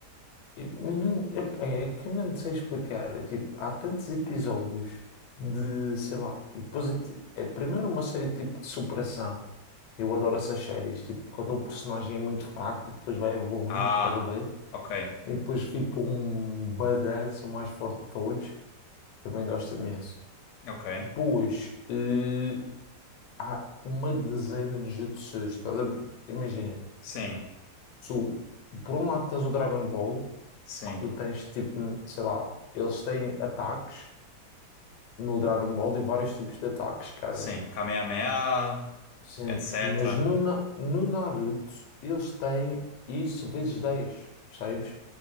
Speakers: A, on the left; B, on the left.
A: Eu não- eu- É que eu não sei explicar. É tipo, há tantos episódios de, sei lá, e depois é, ti- é primeiro uma série tipo de superação. Eu adoro essas séries, tipo, quando o personagem é muito fraco e depois vai evoluindo,
B: Ah,
A: estás a ver?
B: ok,
A: E depois fica um badass, o mais forte de todos. Também gosto imenso.
B: ok.
A: Depois, eh, há uma dezena de jutsus, estás a ver? Imagina,
B: Sim,
A: tu, por um lado tens o Dragon Ball.
B: sim,
A: que tu tens tipo, sei lá, eles têm ataques no Dragon Ball e vários tipos de ataques cada.
B: sim. Kamehameha,
A: Sim,
B: etc.
A: mas no, Na- no Naruto eles têm isso vezes dez percebes?